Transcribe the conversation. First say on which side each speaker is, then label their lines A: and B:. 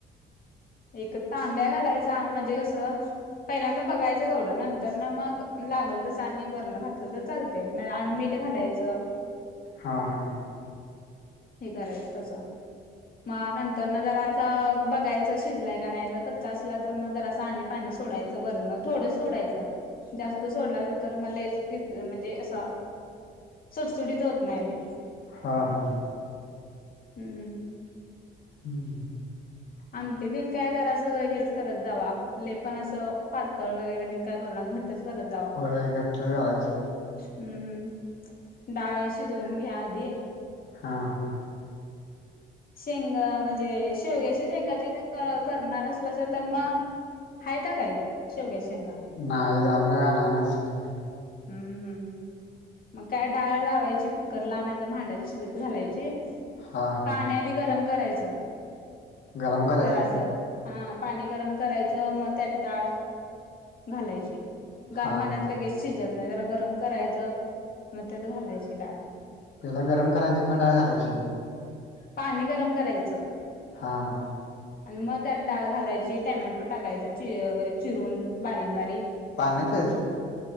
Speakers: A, on the left (about 45°); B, on the left (about 65°).
A: एक तांब्या घालायचा, म्हणजे कसं पहिल्यांदा बघायचं कवडं, नंतर ना मग लागल तसं आणि वर्ण घातलं तर <unintelligible> आणि मीठ घालायचं.
B: हा हा.
A: हे करायच तसं, म नंतर न जराच बघ त शिजलाय का नाई, जर कच्चा असला तर मग जरासं आणि पाणी सोडायचं वरनं, थोडं सोडायचं. जास्त सोडलासा तर मग लईच गीचे म्हणजे असा सुटसुटीत होत नाय लय.
B: हां हां.
A: हम्म.
B: हम्म हम्.
A: आमटी तीन काय जराचं हेच करत जावा लय पण असं पातळ वगैरे तीन काय करू नका घ ट्टच करत जावा.
B: होय घट्टच करायच.
A: हम्म हम्म, डाळ शिजवून घ्या आधी.
B: हां हा.
A: शेंग म्हणजे शेवग्याच्या शेंगाचे तेन करणार असलासा तर म हयत्या काय शेवग्याच्या शेंगा?
B: नाय <unintelligible> नसतंय.
A: हम्म. मग काय डाळ लावायची कुकर ला नाय तर भांड्यात शिजत घालायची.
B: हा हा
A: पाणी आधी गरम करायचं
B: गरम करायचं
A: जरासं. हां, पाणी गरम करायचं मग त्यात डाळ घालायची. गार
B: हा
A: पाण्यात
B: हा
A: लगेच शिजत नाय जरा गरम करायचं मग त्यात घालायची डाळ.
B: पेला गरम करायची मग डाळ घालायची?
A: पाणी गरम करायचं.
B: हां.
A: आणि मग त्यात डाळ घालायची टोमॅटो टाकायचा ची -चिरून बारीक बारीक.
B: पाण्यातच?